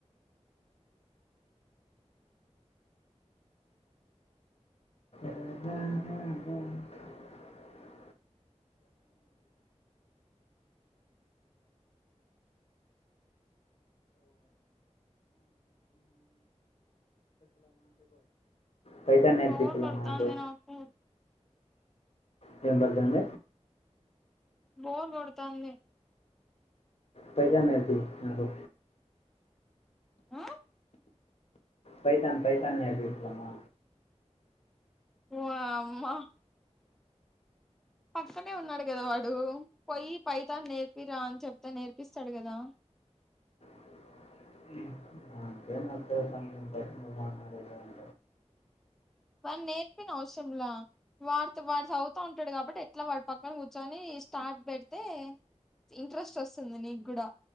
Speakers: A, on the left (about 60°); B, in the centre.
A: రారారంక టైటాన్ ఏం
B: బోర్
A: సీఫలమా
B: కొడతాంది
A: అదీ.
B: నాకు
A: వినబడతాంద
B: బోర్ గొడతాంది
A: పైతాన్ నేర్పి నాకు
B: ఆ
A: పైతాన్ పైతాన్ నేర్పి ఇట్లమా
B: వామ్మా పక్కనే ఉన్నాడు గదా వాడు పోయ్యి పైతాన్ నేర్పిరా అని చెప్తే నేర్పిస్తాడు గదా
A: <inaudible>
B: వాడు నేర్పిన అవసరంలా వాడుత వాడు చదువుతా ఉంటాడు కాబట్టి ఎట్లా వాడు పక్కన కూర్చొని స్టార్ట్ పేడీతే ఇంట్రెస్ట్ వస్తుంది నీకు కూడా